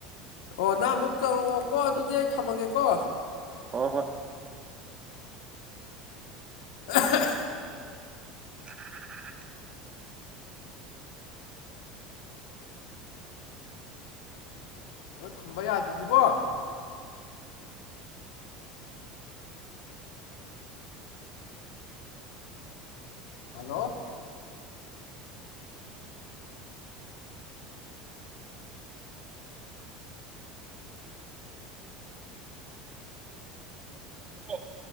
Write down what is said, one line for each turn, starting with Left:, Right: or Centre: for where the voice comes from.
Left: ꯑꯣ ꯅꯪ ꯑꯃꯨꯛ ꯆꯥꯎꯧꯔꯛꯑꯣꯀꯣ ꯑꯗꯨꯗꯤ ꯑꯩ ꯊꯝꯃꯒꯦꯀꯣ
Right: ꯑꯣ ꯍꯣꯏ
Left: ꯑ
Right: ꯀꯔ ꯀ ꯀꯔ
Left: ꯑꯗꯨꯗꯣ ꯊꯝꯕ ꯌꯥꯗ꯭ꯕꯣ ꯍꯜꯂꯣ
Right: ꯍꯜꯂꯣ